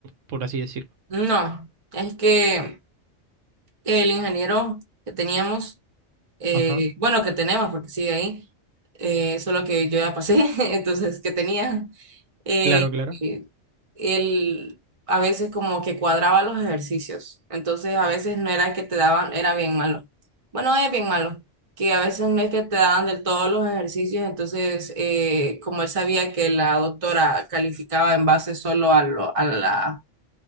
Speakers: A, on the right; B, on the right.
A: por así decirlo?
B: No, es que... El ingeniero que teníamos, eh,
A: Ajá,
B: bueno, que tenemos porque sigue ahí, eh, solo que yo ya pasé, <laughs> entonces que tenía, eh,
A: claro, claro.
B: eh, él a veces como que cuadraba los ejercicios, entonces a veces no era que te daban, era bien malo. Bueno, es bien malo, que a veces no es que te daban del todo los ejercicios, entonces eh, como él sabía que la doctora calificaba en base solo a, lo, a la,